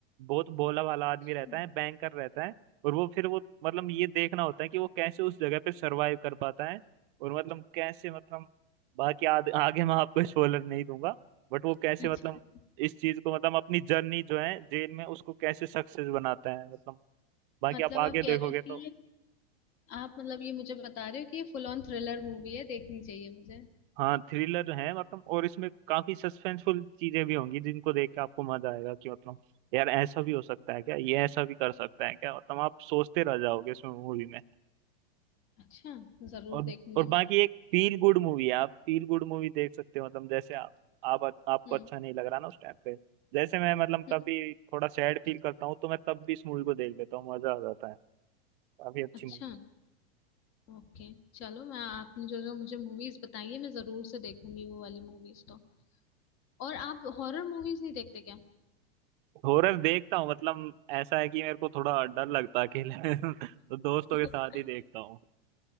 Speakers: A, on the right; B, on the left.
A: बहुत भोला भाला आदमी रहता
B: हम्म,
A: है बैंकर रहता है और वो फिर वो मतलब ये देखना होता है कि वो कैसे उस जगह पे सरवाइव कर पाता है और मतलब कैसे मतलब बाकी आद, आगे मैं आपको स्पॉइलर नहीं दूंगा बट वो कैसे
B: अच्छा
A: मतलब इस चीज को मतलब अपनी जर्नी जो है जेल में उसको कैसे सक्सेस बनाता है मतलब बाकी
B: मतलब
A: आप आगे
B: आप कह
A: देखोगे
B: रहे हो
A: तो
B: कि ये आप मतलब ये मुझे बता रहे हो कि ये फुल ऑन थ्रिलर मूवी है देखनी चाहिए मुझे
A: हाँ थ्रिलर है मतलब और इसमें काफी सस्पेंसफुल चीजें भी होंगी जिनको देख के आपको मजा आएगा कि मतलब यार ऐसा भी हो सकता है क्या ये ऐसा भी कर सकता है क्या मतलब आप सोचते रह जाओगे इसमें मूवी में
B: अच्छा जरूर
A: और
B: देखूंगी
A: और बाकी
B: मैं
A: एक फील गुड मूवी है आप फील गुड मूवी देख सकते हो मतलब जैसे आप, आप आपको
B: हम्म
A: अच्छा नहीं लग रहा ना उस टाइम पे जैसे मैं मतलब
B: हम्म,
A: कभी थोड़ा सैड फील करता हूँ तो मैं तब भी इस मूवी को देख लेता हूँ मजा आ जाता है काफी अच्छी
B: अच्छा
A: मूवी
B: ओके चलो मैं आपने जो जो मुझे मूवीज बताई है मैं जरूर से देखूंगी वो वाली मूवीज तो और आप हॉरर मूवीज नहीं देखते क्या
A: हॉरर देखता हूँ मतलब ऐसा है कि मेरे को थोड़ा डर लगता है अकेले <laughs> तो दोस्तों
B: <laughs>
A: के साथ ही देखता हूँ